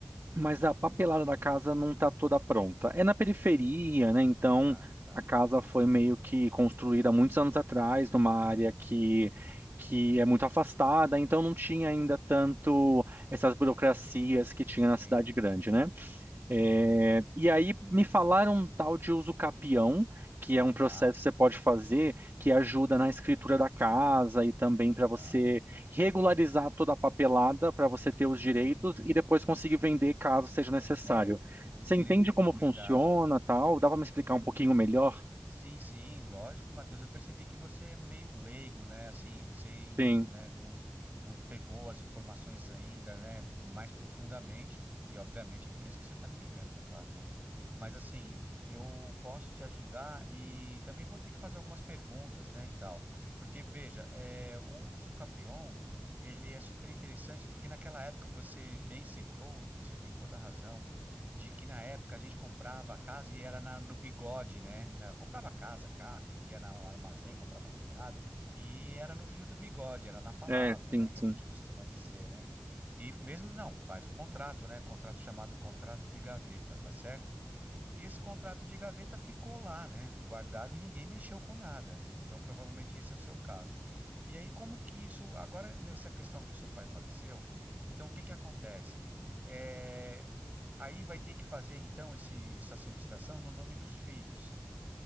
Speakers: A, on the right (about 55°); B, on the right (about 35°).
A: Mas a papelada da casa não está toda pronta. É na periferia, né? Então
B: tá, tá.
A: a casa foi meio que construída há muitos anos atrás, numa área que,
B: Sim,
A: que é muito afastada, então não tinha ainda tanto essas burocracias que tinha
B: Entendo,
A: na cidade grande, né? É,
B: entendo.
A: e aí me falaram um tal de uso capião, que é um processo
B: Tá,
A: que você pode fazer que ajuda na escritura da casa e também para você
B: tá.
A: regularizar toda a papelada para você ter os
B: Sim.
A: direitos e depois conseguir vender caso seja necessário.
B: É, o o
A: Você
B: direito
A: entende
B: de
A: como
B: propriedade.
A: funciona, tal? Dá para me explicar um pouquinho melhor?
B: Sim, sim, lógico, Matheus. Eu percebi que você é meio leigo, né? Assim, você,
A: Sim,
B: né, não, não pegou as informações ainda, né, mais profundamente, e obviamente é por isso que você está me ligando, é claro, né? Mas assim, eu posso te ajudar e também vou ter que fazer algumas perguntas, né, e tal. Porque, veja, é, o Usucapion, ele é super interessante, porque naquela época você bem citou, e você tem toda a razão, de que na época a gente comprava casa e era na- no bigode, né? Na- comprava casa, carro, ia na- no armazém, comprava fiado e era no fio do bigode, era na palavra,
A: é, sim,
B: né? Que
A: sim.
B: a gente costuma dizer, né? E mesmo não, faz o contrato, né? Contrato chamado contrato de gaveta, tá certo? E esse contrato de gaveta ficou lá, né? Guardado e ninguém mexeu com nada. E Então, provavelmente esse é o seu caso. E aí, como que isso. Agora, nessa questão que seu pai faleceu, então o que que acontece? É, Aí vai ter que fazer, então, esse... essa solicitação no nome dos filhos,